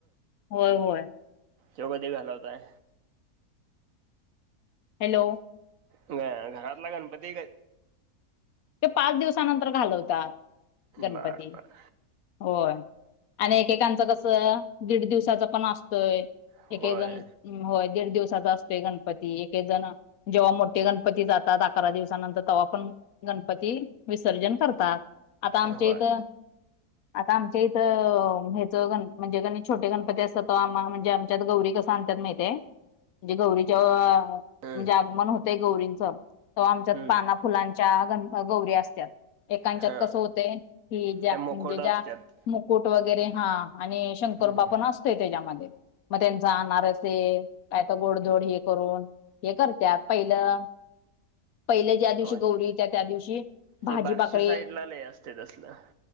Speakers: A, on the left (about 70°); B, on the right (about 60°).
A: होय होय
B: त्यो कधी घालवताय?
A: हॅलो
B: बरं घरातला गणपती क
A: त्यो पाच दिवसानंतर घालवतात गणपती.
B: बर बर
A: होय आणि एकेकांचं कसं? दीड दिवसाचा पण अस तोय.
B: होय
A: एक एक जण होय, दीड दिवसाचा असतोय गणपती. एक एक जण जेव्हा मोठ ते गणपती जातात अकरा दिवसानंतर तवा पण गणपती विसर्जन करतात. आता आमच्या
B: होय
A: इत. आता आमच्या इथं, हेचं गण म्हणजे गणी छोटे गणपती असतात तवा आम म्हणजे आमच्यात गौरी कसं आणत्यात माहितीय? म्हणजे गौरीच्या
B: हम्म
A: म्हणजे आगमन होत् ते गौरींचं तो आमच्यात
B: हम्म
A: पाना फुलां च्या गण गौरी असत्यात. एकांच्यात
B: हा
A: कसं होतयं की ज्या
B: त्या मुखवटा
A: म्हणजे ज्या
B: असतात
A: मुकुट वगैरे हां. आणि शंकरोबा
B: हम्म
A: पण असतोय त्याच्यामध्ये मग त्यांचा आनारसे, काय तर गोड-धोड हे. करून हे करत्यात. पहिलं, पहिल ज्या दिवशी.
B: हो
A: गौरी येत्या त्या दिवशी भाजी
B: ते बार्शी
A: भाकरी
B: साईडला लई असतयं तसलं.